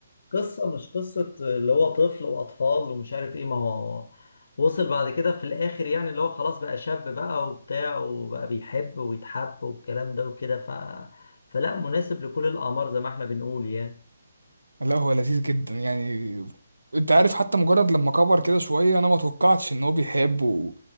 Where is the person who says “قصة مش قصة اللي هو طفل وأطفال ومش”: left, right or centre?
Left